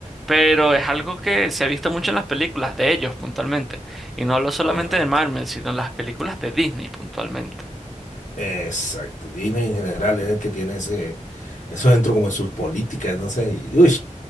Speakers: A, in the centre; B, on the left (about 70°).
A: Pero es algo que se ha visto mucho en las películas de ellos puntualmente. Y no hablo solamente
B: Correcto.
A: de Marvel, sino en las películas de Disney puntualmente.
B: Exacto. Disney en general es el que tiene ese, eso dentro como en sus políticas, no sé, y, uy,